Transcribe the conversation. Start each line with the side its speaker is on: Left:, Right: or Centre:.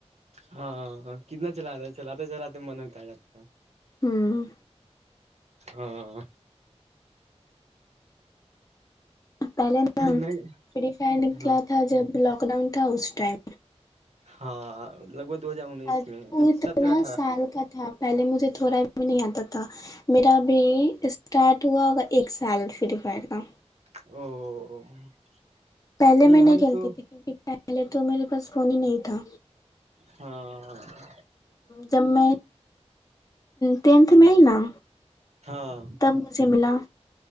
Right: ہاںاں کتنا چلا چلاتے چلاتے من ہوت آ جاتا ہے
Left: ہوں
Right: ہاں
Left: پہلے
Right: نہیں
Left: فری فائر نکلا
Right: ہاں
Left: تھا جب لاک ڈاؤن تھا اس ٹائم
Right: ہاں لگ بھگ دو ہزار انیس
Left: اور
Right: میں
Left: وہ اتنا
Right: سترہ اٹھارہ
Left: سال کا تھا پہلے مجھے تھوڑا بھی نہیں آتا تھا تو میرا بھی اسٹارٹ توا ہوگا ایک سال فری فائر کا
Right: او
Left: پہلے میں نہیں
Right: ہم
Left: کھیلتی
Right: تو
Left: تھی کیونکہ پہلے تو میرے پاس فون ہی نہیں تھا
Right: ہاں
Left: جب میں ٹینتھ میں آئی نا
Right: ہاں
Left: تب مجھے ملا